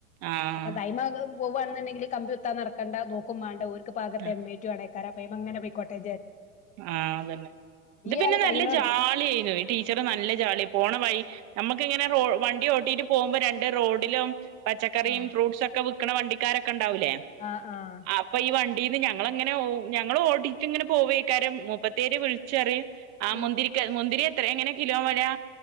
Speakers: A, on the right (about 35°); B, on the left (about 15°).
A: ആഹ്
B: അപ്പൊ ടൈ പോകവാണുണ്ടെങ്കിൽ കമ്പി കുത്താൻ നടക്കണ്ട നോക്കും വേണ്ട ഓർക്ക് ഭാഗത്തെ
A: ആഹ്
B: എം ഐ ടി ആടക്കാര അങ്ങനെ പോയി കോട്ടെ
A: ആഹ് അതന്നെ ഇത് പിന്നെ
B: ആള്
A: നല്ല
B: കൈയിനോട്
A: ജാളി ആയിനു ടീ ടീച്ചറ് നല്ല ജാളി പോണ വൈ നമുക്ക് ഇങ്ങനെ റോ വണ്ടി ഓട്ടിട്ട് പോകുമ്പോ രണ്ട് റോഡിലും പച്ചക്കറിയും
B: ആ
A: ഫ്രൂട്ട്സും ഒക്കെ വിൽക്കണ വണ്ടിക്കാരൊക്കെ ഉണ്ടാവൂലേ
B: ആഹ് ആഹ്
A: അപ്പൊ ഈ വണ്ടീന്ന് ഞങ്ങളിങ്ങനെ ഞങ്ങൾ ഓട്ടിട്ടിങ്ങനെ പോവേക്കാരും മുപ്പത്തേര് വിളിച്ച് പറയും ആഹ്
B: ഉം,
A: മുന്തിരിക്ക് മുന്തിരി എത്ര എങ്ങനെ കിലോ വരാ